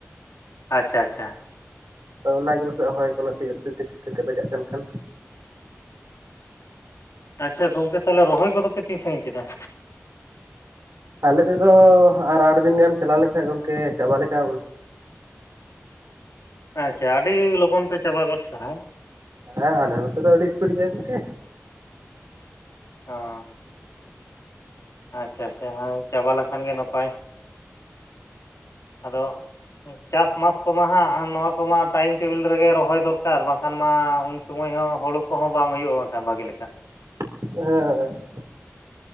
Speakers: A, on the left (about 75°); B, on the right (about 90°).
A: ᱟᱪᱪᱷᱟ ᱟᱪᱪᱷᱟ
B: ᱛᱚ ᱚᱱᱟᱜᱮ ᱯᱟᱥᱮᱡ ᱦᱚᱭ ᱠᱚ ᱱᱟᱥᱮ ᱪᱮᱫ ᱛᱮ <unintelligible> ᱵᱟᱡᱟᱜ ᱠᱟᱱ ᱛᱟᱦᱮᱸᱱ
A: ᱟᱪᱪᱷᱟ ᱜᱚᱝᱠᱮ ᱛᱟᱦᱞᱮ ᱨᱚᱦᱚᱭ ᱠᱚᱫᱚ ᱯᱮ ᱛᱤᱱ ᱥᱟᱸᱜᱤᱧ ᱠᱮᱫᱟ?
B: ᱟᱞᱮ ᱥᱮᱫ ᱫᱚ ᱟᱨ ᱟᱴ ᱫᱤᱱ ᱜᱟᱱ ᱪᱟᱞᱟᱣ ᱞᱮᱱᱠᱷᱟᱡ ᱜᱚᱝᱠᱮ ᱪᱟᱵᱟ ᱞᱮᱠᱟ
A: ᱟᱪᱪᱷᱟ ᱟᱰᱤ ᱞᱚᱜᱚᱱ ᱯᱮ ᱪᱟᱵᱟ ᱜᱚᱫ ᱫᱟ ᱦᱟᱹᱜ
B: ᱦᱮᱸ ᱟᱞᱮ ᱱᱚᱛᱮ ᱫᱚ ᱟᱹᱰᱤ ᱥᱯᱤᱴ ᱜᱮᱭᱟ ᱜᱚᱝᱠᱮ
A: ᱚ ᱟᱪᱪᱷᱟ ᱟᱪᱪᱷᱟ ᱦᱳᱭ ᱪᱟᱵᱟ ᱞᱮᱠᱷᱟᱱ ᱜᱮ ᱱᱟᱯᱟᱭ ᱟᱫᱚ ᱪᱟᱥᱢᱟᱥ ᱠᱚᱢᱟ ᱦᱟᱸᱜ ᱱᱚᱣᱟ ᱠᱚᱢᱟ ᱴᱟᱭᱤᱢ ᱴᱮᱵᱤᱞ ᱨᱮᱜᱮ ᱨᱚᱦᱚᱭ ᱫᱚᱨᱠᱟᱨ ᱵᱟᱝᱠᱷᱟᱱ ᱢᱟᱩᱱ ᱥᱳᱢᱳᱭ ᱦᱚᱸ ᱦᱳᱲᱳ ᱠᱚᱦᱚᱸ ᱵᱟᱝ ᱦᱩᱭᱩᱜ-ᱟ ᱵᱟᱝᱠᱷᱟᱱ ᱵᱷᱟᱜᱤ ᱞᱮᱠᱟ
B: ᱦᱮᱸ